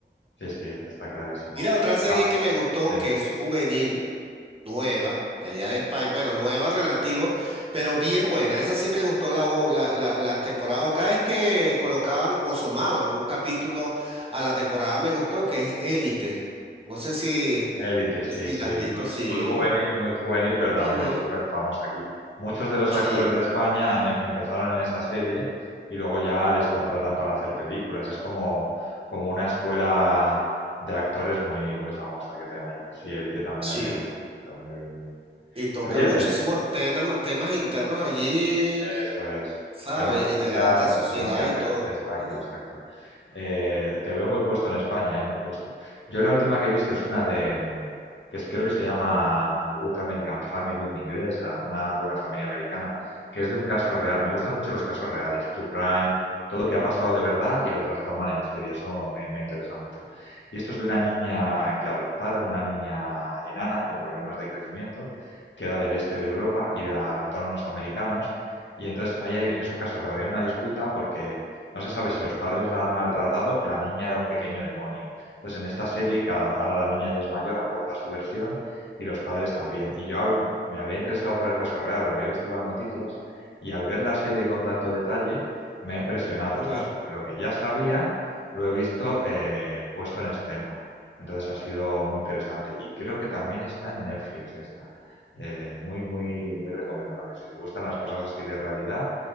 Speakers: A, on the left; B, on the right.
A: Sí, sí, está clarísimo.
B: <laughs> Mira, otra serie
A: Ah,
B: que me gustó,
A: dime.
B: que es juvenil, nueva, de allá de España, bueno, nueva relativo, pero bien buena, esa sí me gustó la, o- la, la- las temporadas, o cada vez que colocaban o sumaban un capítulo a la temporada me gustó, que es Élite. No sé si...
A: Élite, sí,
B: Sí,
A: sí.
B: las has visto,
A: Muy,
B: sí.
A: muy juvenil, muy juvenil, pero también
B: Ujú,
A: es súper famosa aquí. Muchos de los
B: Sí,
A: actores de España han em- empezaron en esa serie y luego ya les contratan para hacer películas. Es como, como una escuela de actores muy, muy famosa que tenemos aquí. Sí, Élite también
B: sí.
A: ha tenido mucho éxito. Muy bien, muy bien.
B: Y toca
A: Oye,
B: muchísimos
A: te-
B: tena- temas internos allí,
A: eso es.
B: ¿sabes?
A: Temas sociales,
B: Y de la alta sociedad
A: temas que afectan.
B: y todo.
A: Exacto,
B: Ujú,
A: exacto. Eh, te veo muy puesto en España, eh, muy puesto. Yo la última que he visto es una de, mm, que es- creo que se llama A Good American Family en inglés, la- una buena familia americana, que es de un caso real. Me gustan mucho los casos reales, true crime, todo que ha pasado de verdad y lo transforman en serie. Eso me, me interesa mucho. Y esto es de una niña que adoptaron, una niña enana con problemas de crecimiento, que era del este de Europa y la adoptaron unos americanos. Y entonces ahí hay- es un caso real, hay una disputa porque no se sabe si los padres la han maltratado o la niña era un pequeño demonio. Entonces, en esta serie, cada, ahora la niña ya es mayor, aporta su versión y los padres también. Y yo hab- me había interesado por el caso real, lo había visto en las noticias y al ver la serie con tanto detalle me ha impresionado,
B: ujú.
A: ¿sabes? Porque lo que ya sabía lo he visto eh, puesto en escena. Entonces ha sido muy interesante y creo que también está en Netflix esta. Eh, muy, muy, muy recomendable. Si te gustan las cosas así de realidad,